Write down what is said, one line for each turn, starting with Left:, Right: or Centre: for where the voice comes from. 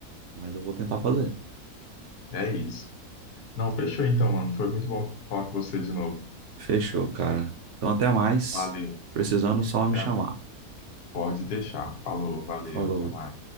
Right: mas eu vou tentar fazer.
Left: É isso. Não, fechou então, mano. Foi muito bom falar com você de novo.
Right: Fechou, cara. Então, até mais.
Left: Valeu.
Right: Precisando, só me
Left: Até-
Right: chamar.
Left: Pode deixar. Falou, valeu,
Right: Falou.
Left: até mais.